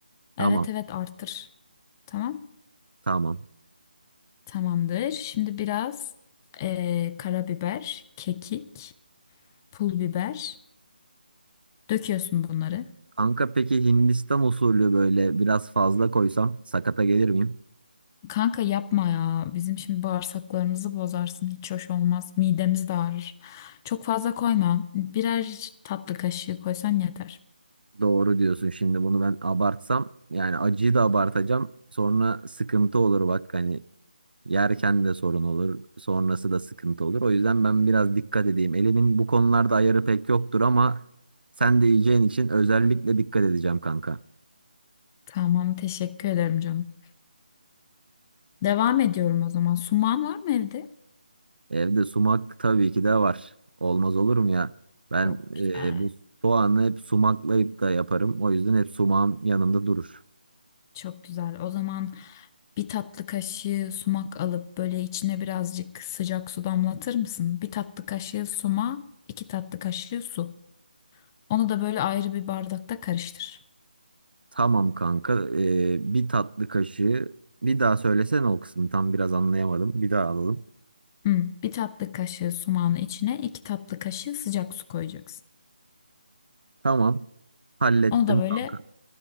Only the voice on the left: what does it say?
Evet
evet arttır. Tamam.
Tamamdır. Şimdi biraz eee, karabiber, kekik, pul biber. Döküyorsun bunları.
Kanka yapma ya. Bizim şimdi bağırsaklarımızı bozarsın. Hiç hoş olmaz. Midemiz de ağrır. Çok fazla koyma. Birer tatlı kaşığı koysan yeter.
Tamam teşekkür ederim canım. Devam ediyorum o zaman. Suman var mı evde?
Çok güzel.
Çok güzel. O zaman bir tatlı kaşığı sumak alıp böyle içine birazcık sıcak su damlatır mısın? Bir tatlı kaşığı suma, iki tatlı kaşığı su. Onu da böyle ayrı bir bardakta karıştır.
Hı, bir tatlı kaşığı sumağın içine iki tatlı kaşığı sıcak su koyacaksın.
Onu da böyle